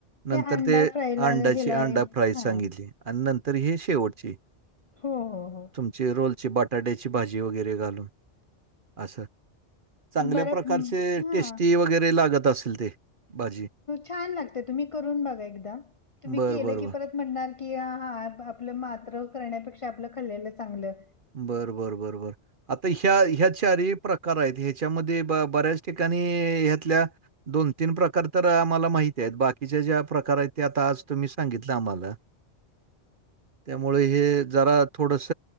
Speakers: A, on the right; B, on the left.
A: नंतर
B: अंडा
A: ते
B: फ्रायला
A: अंड्याची
B: ह्याला
A: अंडा फ्राईज
B: हां.
A: सांगितली आणि नंतर ही शेवटची
B: हो हो हो
A: तुमची रोलची बटाट्याची भाजी वगैरे घालून असं चांगल्या
B: बरं
A: प्रकारचे
B: हां.
A: टेस्टी वगैरे लागत असेल ते भाजी
B: छान लागत तुम्ही करून बघा एकदाम तुम्ही
A: बरं,
B: केलं
A: बरं,
B: की
A: बरं.
B: परत. म्हणणार की हा आपलं मात्र करण्यापेक्षा आपलं खल्लेलं चांगलं
A: बर बर बर बर आता ह्या ह्या चारी प्रकार आहेत ह्याच्यामध्ये बऱ्याच ठिकाणी ह्यातल्या दोन तीन प्रकार तर आम्हाला माहिती आहेत. बाकीच्या ज्या प्रकार आहेत. ते आता आज तुम्ही सांगितलं आम्हाला त्यामुळे हे जरा थोडस